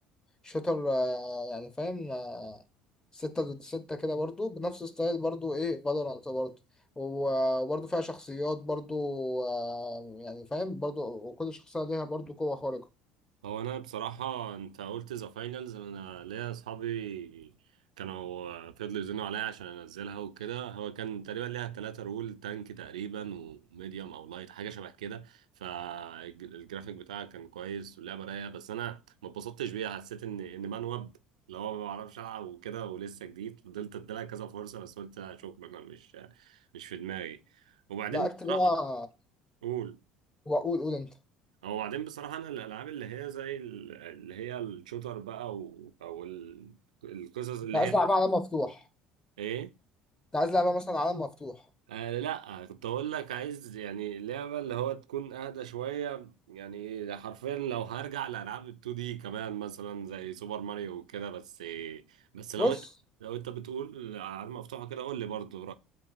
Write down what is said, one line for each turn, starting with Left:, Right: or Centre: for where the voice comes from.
Left: شوتر آه، يعني فاهم آه، ستة ضد ستة كده برضه بنفس ستايل برضه ايه فالورانت برضه و- وبرضه فيها شخصيات برضه آه، يعني فاهم برضه وكل شخصية ليها برضه قوة خارقة
Right: هو انا بصراحه انت قلت ذا فاينلز انا ليا اصحابي كانوا فضلوا يزنوا عليا عشان انزلها وكده هو كان تقريبا ليها ثلاثة رول تانك تقريبا وميديوم او لايت حاجه شبه كده فالجرافيك بتاعها كان كويس واللعبه رايقه بس انا ما اتبسطتش بيها حسيت ان ان منوب اللي هو ما بعرفش العب وكده ولسه جديد فضلت اديلها كذا فرصه بس قلت شكرا انا مش مش في دماغي وبعدين
Left: لا اكتب
Right: بصراحه
Left: بقى
Right: قول
Left: وقول قول انت
Right: هو بعدين بصراحة أنا الألعاب اللي هي زي ال- اللي هي الشوتر بقى و... أو ال... القصص اللي
Left: انت عايز
Right: هي
Left: لعبة عالم مفتوح
Right: إيه؟
Left: انت عايز لعبة مثلا عالم مفتوح
Right: آه لا كنت أقول لك عايز يعني لعبة اللي هو تكون أهدى شوية يعني حرفيا لو هرجع لألعاب ال 2 دي كمان مثلا زي سوبر ماريو وكده بس بس لو
Left: بص
Right: أنت لو أنت بتقول ألعاب مفتوحة كده قول لي برضه